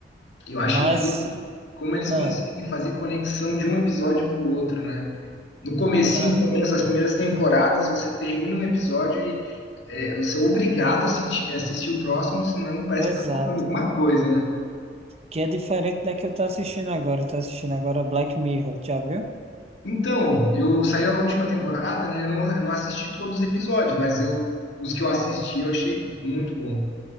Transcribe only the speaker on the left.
eu acho
incrível como eles
conseguem fazer conexão de um episódio para o outro, né? No comecinho,
pelo menos nas primeiras temporadas, você termina um episódio e é, você é obrigado a assistir, assistir o próximo, senão parece
que tá faltando alguma coisa, né?
Então, eu saí a última temporada, né? Eu não, não assisti todos os episódios, mas eu, os que eu assisti eu achei muito bom.